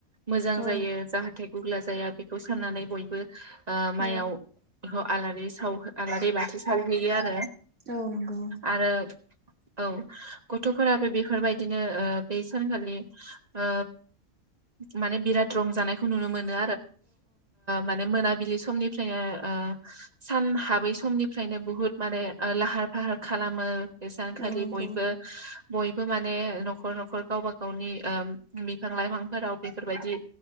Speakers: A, on the right (about 30°); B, on the right (about 50°).
A: मोजां
B: औ
A: जायो जाहाथे गुब्ला जाया बेखौ साननानै बयबो ओ
B: औ
A: मायाव आलारि साव आलारि बाथि सावहैयो आरो
B: औ नंगौ।
A: आरो औ गथ'फोराबो बेफोरबायदिनो ओ बे सानखालि ओ माने बिराद रंजानायखौ नुनो मोनो। मान ओ मोनाबिलि समनिफ्रायनो सान हाबै समनि फ्रायनो बुहुत माने लाहार फाहार खालामो बे सानखालि
B: नंगौ
A: बयबो बयबो माने न'खर न'खर गावबा गावनि बिफां लाइफां फोराव बेफोरबायदि